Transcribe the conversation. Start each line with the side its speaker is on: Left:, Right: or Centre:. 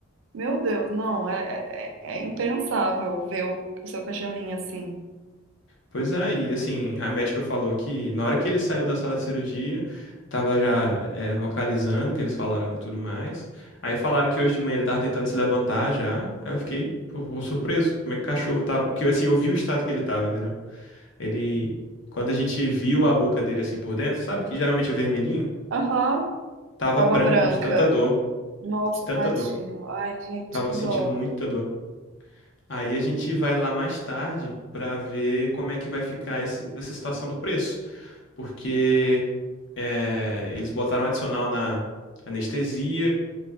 Right: Meu Deus, não, é, é, é é impensável ver o, o seu cachorrinho assim.
Left: Pois é, e assim, a médica falou que na hora que ele saiu da sala de cirurgia, tava já é, vocalizando, o que eles falaram e tudo mais. Aí falaram que hoje de manhã ele tava tentando se levantar já. Aí eu fiquei, pô, pô, surpreso, como é que o cachorro tava, Porque assim, eu vi o estado que ele tava, entendeu? Ele, quando a gente viu a boca dele assim por dentro, sabe que geralmente é vermelhinho?
Right: Aham,
Left: Tava
Right: tava
Left: branco
Right: branca.
Left: de tanta dor.
Right: Nossa,
Left: de tanta
Right: tadinho.
Left: dor.
Right: Ai, gente,
Left: Tava
Right: que
Left: sentindo
Right: dó.
Left: muita dor. Aí a gente vai lá mais tarde pra ver como é que vai ficar esse- essa situação do preço. Porque é, eles botaram adicional na anestesia,